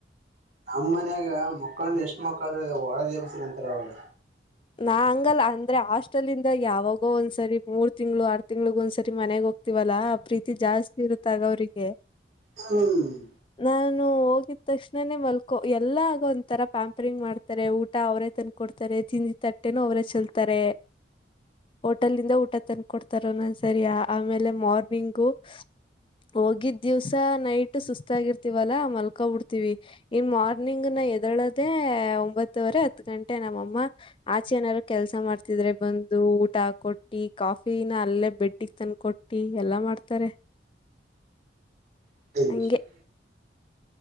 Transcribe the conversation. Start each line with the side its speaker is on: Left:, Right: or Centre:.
Right: ನಮ್ಮ್ ಮನ್ಯಾಗ ಮಕ್ಕ ಎಷ್ಟು ಮಕ್ಕಳದು ಹೊಡೆದಿ ಎಬ್ಬಿಸಿ ಅಂತಾರೆ.
Left: ನಾ ಹಂಗಲ್ಲ ಅಂದ್ರೆ ಹಾಸ್ಟೆಲ್ಂದ ಯಾವಾಗೋ ಒಂದ್ಸರಿ ಮೂರ್ ತಿಂಗಳ ಆಡ್ತ. ತಿಂಗಳಿಗೆ ಒಂದ್ಸರಿ ಮನೆಗ್ ಹೋಗ್ತಿವಲ್ಲಾ ಆ ಪ್ರೀತಿ ಜಾಸ್ತಿ ಇರುತ್ತೆ ಅವಾಗ ಅವ್ರಿಗೆ.
Right: ಹ್ಮ್
Left: ನಾನು ಹೋಗಿದ ತಕ್ಷಣನೇ ಮಲ್ಕೊ ಎಲ್ಲ ಆಗ ಒಂಥರಾ ಪ್ಯಾಂಪರಿಂಗ್ ಮಾಡ್ತಾರೆ ಊಟ ಅವರೇ ತನ್ಕ ಕೊಡ್ತಾರೆ ತಿಂದಿ ತಟ್ಟೆನ ಅವರೇ ಚೆಲ್ತಾರೆ. ಹೋಟೆಲಿಂದ ಊಟ ತಂದುಕೊಡ್ತಾರೆ ಒಂದ್ ಒಂದು ಸರಿ ಆಮೇಲೆ ಮಾರ್ನಿಂಗು ಹೋಗಿದ್ದ ದಿವಸ ನೈಟು ಸುಸ್ತಾಗಿರ್ತೀವಲ್ಲ ಮಲ್ಕೊಬಿಡ್ತೀವಿ. ಇನ್ ಮಾರ್ನಿಂಗ್ ನ ಎದಳದೆ ಒಂಬತ್ತವರೆ ಹತ್ ಗಂಟೆ ನಮ್ಮಮ್ಮ ಆಚೆ ಏನಾರು ಕೆಲಸ ಮಾಡ್ತಿದ್ರೆ ಬಂದು ಊಟ ಹಾಕೊಟ್ಟಿ ಕಾಫಿನ ಅಲ್ಲೇ ಬೆಡ್ಡಿಗೆ ತಂದಕೊಟ್ಟು ಟ್ಟೀ ಎಲ್ಲಾ ಮಾಡ್ತಾರೆ.
Right: <unintelligible>
Left: ಹಂಗೆ